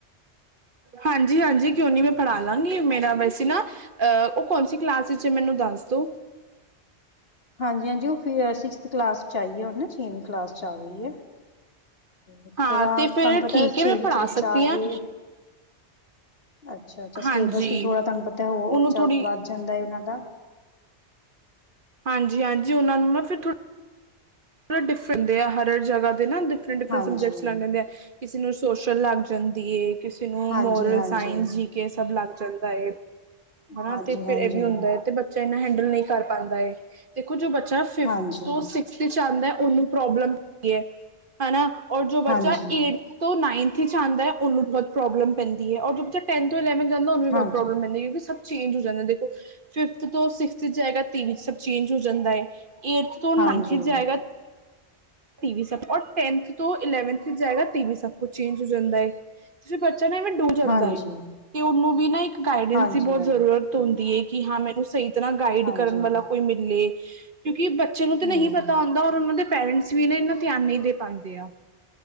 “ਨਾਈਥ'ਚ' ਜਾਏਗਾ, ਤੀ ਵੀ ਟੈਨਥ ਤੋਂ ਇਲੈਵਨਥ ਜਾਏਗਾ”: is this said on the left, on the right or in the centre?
Right